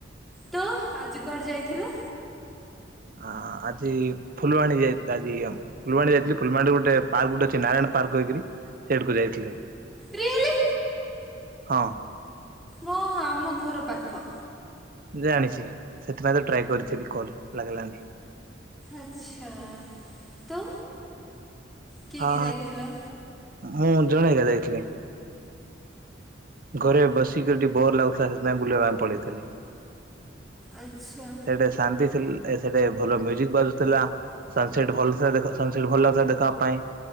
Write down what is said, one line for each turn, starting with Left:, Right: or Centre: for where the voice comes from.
Centre: ତ ଆଜି କୁଆଡେ ଯାଇଥିଲ।
Right: ଆ ଆଜି ଫୁଲବାଣୀ ଆଜି ଫୁଲବାଣୀ ଯାଇଥିଲି ଫୁଲବାଣୀରୁ ଗୋଟେ ପାର୍କ ଗୋଟେ ଅଛି ନାରାୟଣ ପାର୍କ ହେଇକିରି ସେଇଠିକୁ ଯାଇଥିଲି।
Centre: ରିଏଲି
Right: ହଁ।
Centre: ମୁଁ ଆମ ଘର ପାଖ।
Right: ଜାଣିଛି ସେଥିପାଇଁ ତ ଟ୍ରାଏ କରିଥିଲି କଲ ଲାଗିଲାନି।
Centre: ଆଚ୍ଛା ତୋ। କିଏ
Right: ହଁ
Centre: କିଏ ଯାଇଥିଲ।
Right: ମୁଁ ଜଣେ ଏକା ଯାଇଥିଲି। ଘରେ ବସିକିରି ଟିକେ ବୋର ଲାଗୁଥିଲା ସେଥିପାଇଁ ବୁଲିବା ପାଇଁ ପଳେଇଥିଲେ।
Centre: ଆଚ୍ଛା
Right: ସେଟା ଶାନ୍ତି ଥି। ସେଠେ ଭଲ ମ୍ୟୁଜିକ୍ ବାଜୁଥିଲା ସନ୍ ସେଟ୍ ଭଲଥିଲା ସନ ସେଟ୍ ଭଲଥିଲା ଦେଖିବା ପାଇଁ